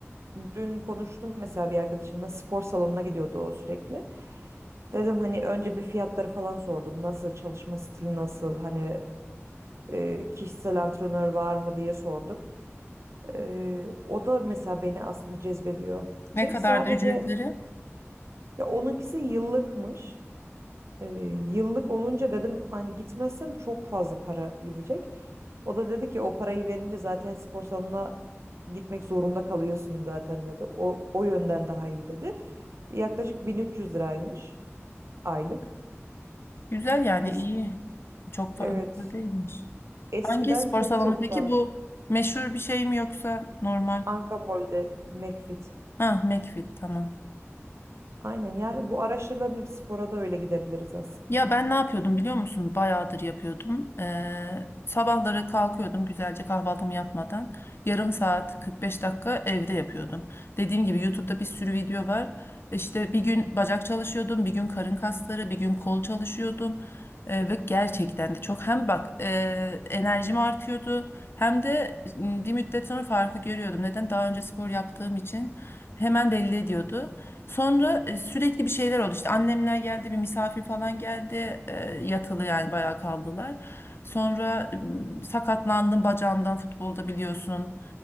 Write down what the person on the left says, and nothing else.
Ne
kadar
da ücretleri?
Güzel yani
iyi. Çok
fazla değilmiş.
Hangi spor
salonu
peki
bu? Meşhur bir şey mi yoksa normal?
Ha, McFit tamam.
Ya ben ne yapıyordum biliyor musun? Bayağıdır yapıyordum. Ee, sabahları kalkıyordum güzelce kahvaltımı yapmadan. Yarım saat 45 dakika evde yapıyordum. Dediğim gibi YouTube'da bir sürü video var. İşte bir gün bacak çalışıyordum, bir gün karın kasları, bir gün kol çalışıyordum. Ee, ve gerçekten de çok hem bak e, enerjim artıyordu hem de m, bir müddet sonra farkı görüyordum. Neden? Daha önce spor yaptığım için hemen belli ediyordu. Sonra e, sürekli bir şeyler oldu. İşte annemler geldi, bir misafir falan geldi. E, yatılı yani bayağı kaldılar. Sonra m, sakatlandım bacağımdan futbolda biliyorsun.